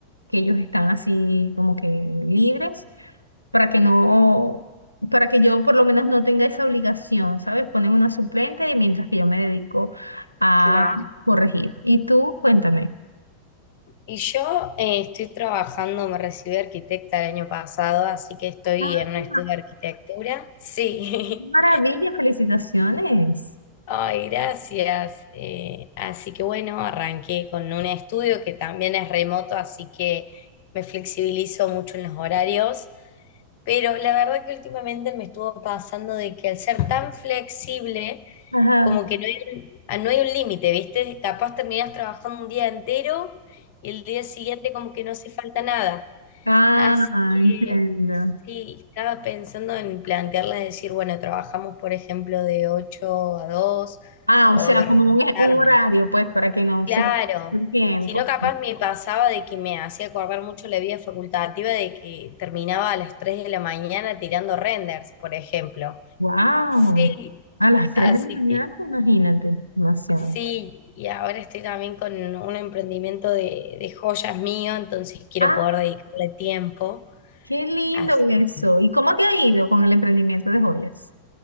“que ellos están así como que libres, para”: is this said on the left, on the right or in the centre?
Left